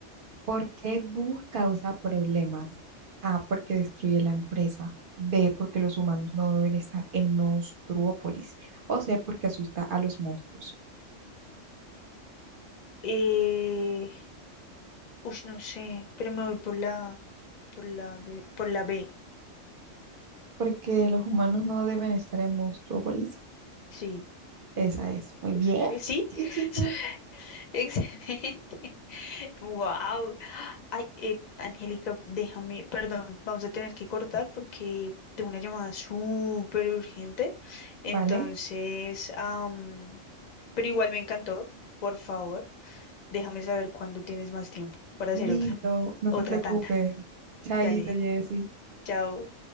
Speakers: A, on the right (about 55°); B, on the left (about 50°).
A: ¿Por qué Boo causa problemas? A, porque destruye la empresa. B, porque los humanos no deben estar en Monstruópolis. O C, porque asusta a los monstruos.
B: Eh, ush, no sé, pero me voy por la, por la B, por la B.
A: Porque los humanos no deben estar en Monstruópolis.
B: Sí.
A: Esa es. Muy
B: Pues
A: bien.
B: Sí, sí,
A: Chichi.
B: sí. <laughs> Excelente. Wow. Ay, eh, Angélica, déjame, perdón, vamos a tener que cortar porque tengo una llamada súper urgente.
A: Vale.
B: Entonces, am, pero igual me encantó. Por favor, déjame saber cuándo tienes más tiempo para
A: Listo.
B: hacer otra,
A: No
B: otra
A: te preocupes.
B: tanda.
A: Chaito,
B: Dale,
A: Jessy.
B: chao.